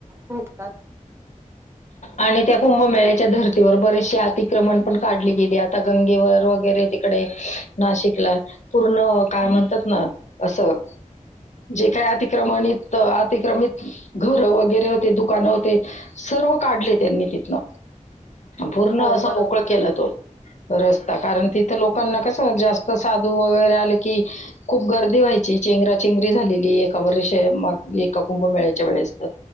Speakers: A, on the right (about 20°); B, on the left (about 60°).
A: भेटतात,
B: आणि त्या कुंभमेळ्याच्या धर्तीवर बरेचशे अतिक्रमण पण काढली गेली, आता गंगेवर वगैरे तिकडे नाशिकला पूर्ण काय म्हण. तथ न असं जे काय अतिक्रमणित अतिक्रमित घर वगैरे होते दुकानं होते सर्व काढले त्यांनी तिथन, पूर्ण
A: हो
B: असं
A: बरोबर.
B: मोकळं केलं तो, रस्ता कारण तिथं लोकांना कस जास्त साधू वगैरे आले की खूप गर्दी व्हायची चेंगरा चेंगरी झालेली एका वर्ष माग, एका कुंभ मेळायच्या वेळेसत